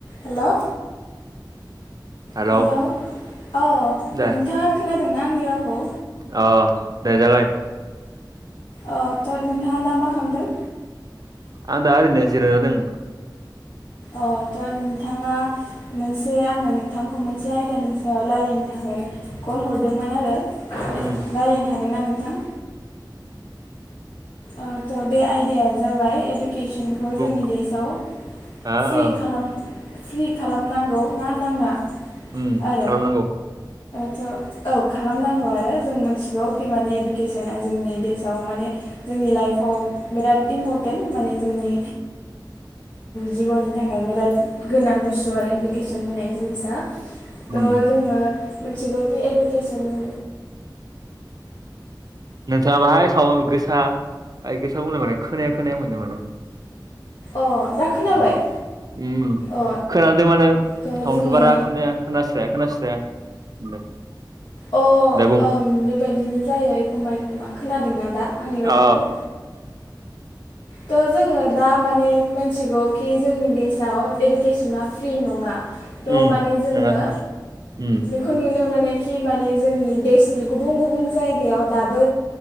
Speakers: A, on the left; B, on the right.
A: हेल'
B: hello
A: hello औ
B: दे
A: नोंथांङा खोनादोंना आंनि रावखौ?
B: अ दायो जाबाय
A: अ थ' नोंथाङा दा मा खालामदों?
B: आं दा ओरैनो जिरायना दं।
A: अ थ' नोंथाङा मोनसे आङो नोंथांखौ मोनसे आयदानि सायाव लारिनो था ओमफ्राय कल हरदोंमोन आरो रायज्लायनो
B: उम
A: हागोन ना नोंथां? ओ थ' बे आयदाया जाबाय एदुके ऐदुकेसनखौ
B: बुं
A: जोंनि देशाव
B: हा
A: फ्रि
B: ओं
A: खालाम फ्रि खालामनांगौ ना नाङा?
B: उम
A: आरो
B: खालामनांगौ।
A: थ' औ खालामनांगौ आरो जों मिथिगौ खि माने इडुकेसना जोंनि देशआव माने जोंनि लाइफआव बिराद इम्परटेन्ट माने जोंनि जिबननि थाखाय बिराद गोनां बुस्थु आरो इडुकेसन होननाय जिनिसा थ'
B: उम
A: जोङो मिथिगौखि इडुकेसननि
B: नोंथाङा बाहाय साव गोसा गोसा बुंदों माने खोनाया खोनाया मोनदों माने
A: अ दा खोनाबाय
B: उम उम
A: अ
B: खोनादों माने
A: थ'
B: साउनखौ
A: जोङो
B: बारा खोनाया खोनास्राया खोनास्राया उम दे
A: अ
B: दे बुं
A: ओं बेबायदिनो जायो एखमबा एखमबा खोनादोंना दा आंनि रावखौ
B: अ
A: <inaudible> थ' जोङो दा माने मोनथिगौ कि जोंनि देसाव इडुकेसना फ्रि नङा थ
B: उम
A: माने जोङो
B: नोङा नोङा उम
A: बेखौ नुनो मोनोखि माने जोंनि देशनि गुबुन गुबुन जायगायाव दाबो